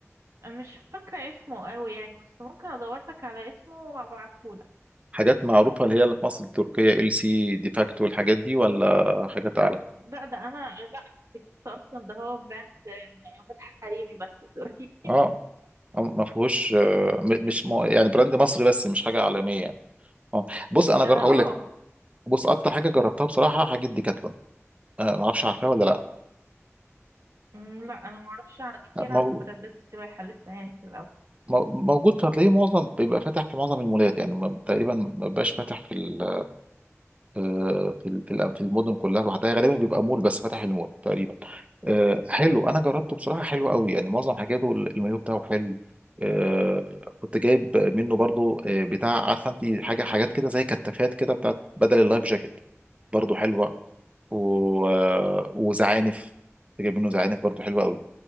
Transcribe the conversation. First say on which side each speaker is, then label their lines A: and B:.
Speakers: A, on the right; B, on the right.
A: أنا مش فاكرة اسمه قوي يعني بس ممكن أدورلك على اسمه وأبعتهولك
B: حاجات معروفه اللي هي اللي في مصر التركيه ال سي ديفاكتو الحاجات دي ولا حاجات اعلى
A: لا ده أنا لا ده أصلا ده هو براند آه، مايوهات حريمي بس دلوقتي
B: اه آه، ما فيهوش آه، م- مش م- يعني براند مصري بس مش حاجه عالميه يعني اه بص انا جر...
A: اه آه.
B: هقول لك بص اكتر حاجه جربتها بصراحه حاجه ديكاتلون آه ما اعرفش عارفها ولا لا
A: أمم، لا أنا معرفش عن- كتير
B: ما
A: عن
B: هو
A: براندات السباحة لسه يعني في الأول
B: مو- موجود هتلاقيه معظم بيبقى فاتح في معظم المولات يعني ما- تقريبا ما بيبقاش فاتح في ال آه، في ال- في ال- في المدن كلها لوحدها غالبا بيبقى مول بس فاتح في المول تقريبا آه، حلو انا جربته بصراحه حلو قوي يعني معظم حاجاته ال- المايو بتاعه حلو آه، كنت جايب منه برضو آه، بتاع عارفه انت حاجه حاجات كده زي كتافات كده بتاعت بدل اللايف جاكيت برضو حلوه و... آه، وزعانف كنت جايب منه زعانف برضو حلوه قوي